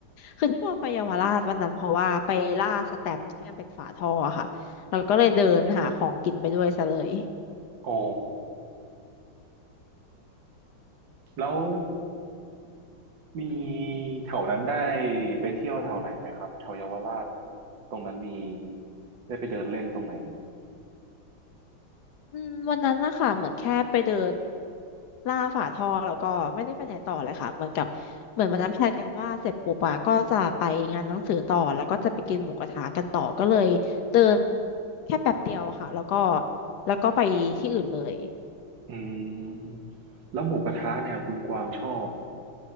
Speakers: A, on the left (about 65°); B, on the right (about 60°).
A: คือที่กวางไปเยาวราชวันนั้นเพราะว่าไปล่าสแตมป์ที่มันเป็นฝาท่ออะค่ะเราก็เลยเดินหาของกินไปด้วยซะเลย
B: อ๋อแล้วมีแถวนั้นได้ไปเที่ยวแถวไหนไหมครับแถวเยาวราชตรงนั้นมีได้ไปเดินเล่นตรงไหนไหม
A: อืมวันนั้นนะคะเหมือนแค่ไปเดินล่าฝาท่อแล้วก็ไม่ได้ไปไหนต่อเลยค่ะเหมือนกับเหมือนวันนั้นแพลนกันว่าเสร็จปุ๊บอะก็จะไปงานหนังสือต่อแล้วก็จะไปกินหมูกระทะกันต่อก็เลยเดินแค่แป๊บเดียวอะค่ะแล้วก็แล้วก็ไปที่อื่นเลย
B: อืมแล้วหมูกระทะเนี่ยคุณกวางชอบ